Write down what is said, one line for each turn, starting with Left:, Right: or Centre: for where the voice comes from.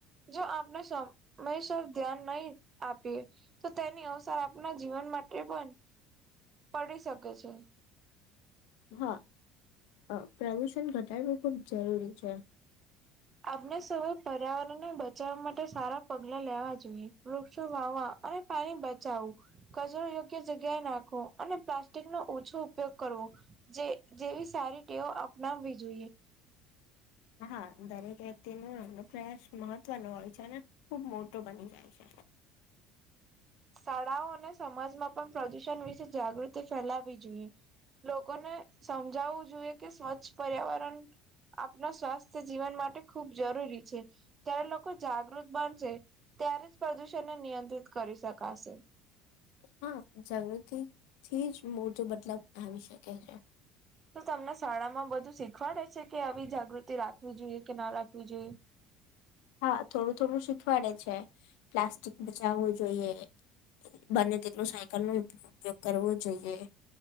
Right: જો આપને સમયસર ધ્યાન નહી આપીએ તો તેની અસર આપના જીવન માટે પણ પડી શકે છે.
Left: હા પ્રદુષણ ઘટાડવું ખુબ જરૂરી છે.
Right: આપને સૌ પર્યાવરણને બચવા માટે સારા પગલા લેવા જોઈએ વૃક્ષો વાવા અને પાણી બચાઓ કચરો યોગ્ય જગ્યાએ નાખવો અને પ્લાસ્ટિક નો ઓછો ઉપયોગ કરવો. જે જેવી સારી ટેઓ અપનાવવી જોઈએ.
Left: હા દરેક વ્યક્તિ ન અનો પ્રયાસ મહત્વનો હોય છે ને ખુબ મોટો બની જાય છે.
Right: શાળાઓ અને સમાજમાં પણ પ્રદુષણ વિશે જાગૃતિ ફેલાવી જોઈએ. લોકોને સમજાવવું જોઈએ કે સ્વચ્છ પર્યાવરણ આપણા સ્વાસ્થ્ય જીવન માટે ખૂબ જરૂરી છે. ત્યારે લોકો જાગૃત બનશે ત્યારે જ પ્રદૂષણને નિયંત્રિત કરી શકાશે.
Left: હા જાગૃતિ થી જ મોટો બદલાવ આવી શકે છે.
Right: તો તમને શાળામાં બધું શીખવાડે છે કે આવી જાગૃતિ રાખવી જોઈએ કે ના રાખવી જોઈએ.
Left: હા થોડું થોડું શીખવાડ છે પ્લાસ્ટિક બચાવવું જોઈએ બંને તેટલું સાયકલ નો ઉપયોગ કરવો જોઈએ